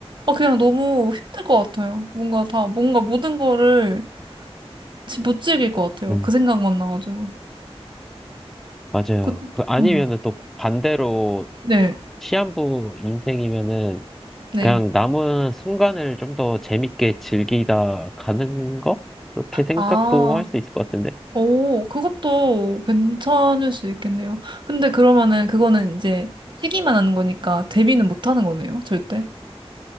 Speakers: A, on the right; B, in the centre.
A: 아, 그냥 너무 힘들 것 같아요. 뭔가 다, 뭔가 모든 거를 지- 못 즐길 것 같아요.
B: 음,
A: 그 생각만 나가지고.
B: 맞아요.
A: 그,
B: 그 아니면은
A: 음,
B: 또 반대로
A: 네,
B: 시한부 인생이면은
A: 네.
B: 그냥 남은 순간을 좀 더 재밌게 즐기다 가는 거? 그렇게 생각도
A: 아,
B: 할 수 있을 것 같은데.
A: 오, 그것도 괜찮을 수 있겠네요. 근데 그러면은 그거는 이제 시기만 하는 거니까 데뷔는 못 하는 거네요, 절대.